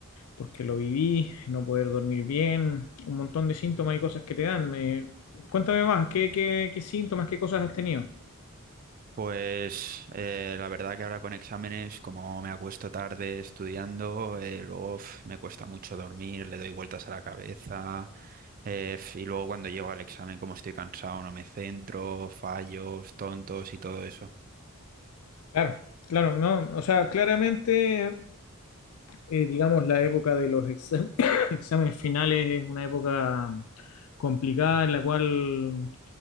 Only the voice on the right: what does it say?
Pues eh, la verdad que ahora con exámenes, como me acuesto tarde estudiando, eh, luego uf, me cuesta mucho dormir, le doy vueltas a la cabeza eh, f- y luego cuando llego al examen, como estoy cansado, no me centro, fallos, tontos y todo eso.